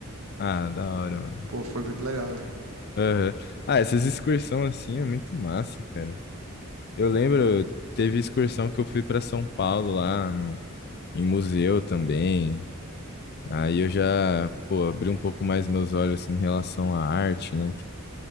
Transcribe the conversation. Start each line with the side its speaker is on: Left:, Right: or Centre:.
Left: Ah, da hora, mano.
Right: Pô, foi muito legal, velho.
Left: Aham. Ah, essas excursões assim é muito massa, cara. Eu lembro, teve excursão que eu fui pra São Paulo lá no, em museu também. Aí eu já, pô, abri um pouco mais meus olhos assim, em relação à arte, né?